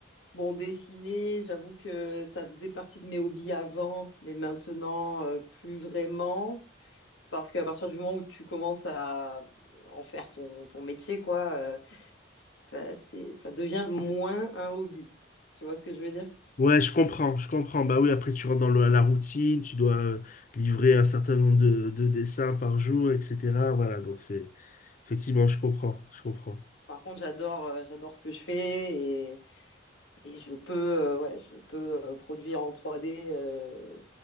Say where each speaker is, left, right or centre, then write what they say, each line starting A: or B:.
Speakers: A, on the left; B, on the left.
A: bon, dessiner, j'avoue que ça faisait partie de mes hobbies avant, mais maintenant, euh, plus vraiment. Parce qu'à partir du moment où tu commences à en faire ton, ton métier, quoi, euh, ça, c'est- ça devient moins un hobby. Tu vois ce que je veux dire?
B: Ouais, je comprends, je comprends. Bah oui, après tu rentres dans le- la routine, tu dois euh, livrer un certain nombre de, de dessins par jour, etc. Voilà, donc c'est effectivement, je comprends, je comprends.
A: Par contre, j'adore, euh, j'adore ce que je fais et, et je peux, euh, ouais, je peux euh, produire en 3D euh,